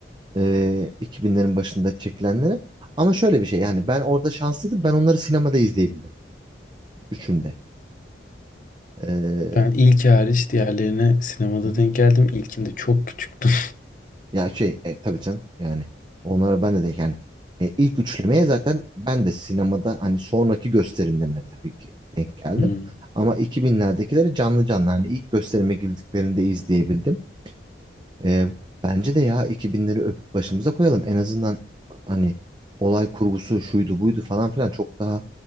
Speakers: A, on the right (about 25°); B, on the left (about 45°).
A: Ee, 2000'lerin başında çekilenlere. Ama şöyle bir şey yani ben orada şanslıydım. Ben onları sinemada izleyebildim. Üçünde. Ee,
B: Ben ilk hariç diğerlerine sinemada
A: hı hı.
B: denk geldim. İlkinde çok küçüktüm.
A: Ya şey e, tabii canım yani onlara ben de de yani e, ilk üçlemeye zaten ben de sinemada hani sonraki gösterimlerine tabii ki denk
B: <laughs>
A: geldim.
B: Hmm.
A: Ama 2000'lerdekileri canlı canlı hani ilk gösterime girdiklerinde izleyebildim. Ee, bence de ya 2000'leri öpüp başımıza koyalım. En azından hani olay kurgusu şuydu buydu falan filan çok daha